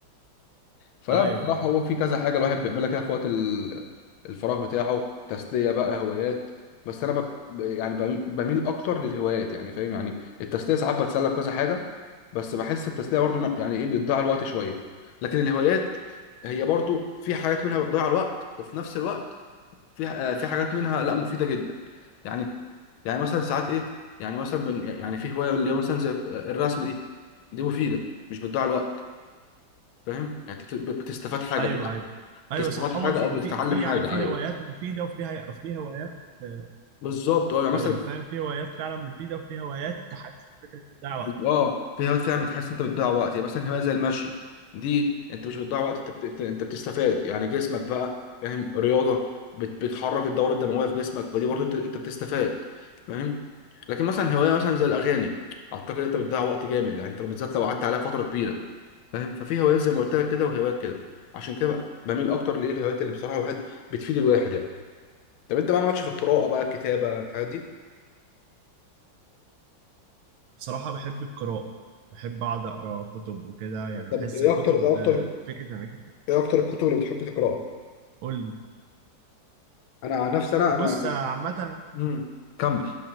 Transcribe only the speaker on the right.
ايوه
ايوه
ايوه ايوه ايوه
صح
هو في
في في
يعني في
هوايات مفيده وفي في هوايات آه،
ايوه فاهم في هوايات فعلا مفيده وفي هوايات تحسسك ان انت بتضيع وقت
أنا بصراحه بحب القراءه بحب اقعد اقرا كتب وكده يعني
بحس
الكتب
آه، فكره انك أنت-
قول لي
بص
آه، عامه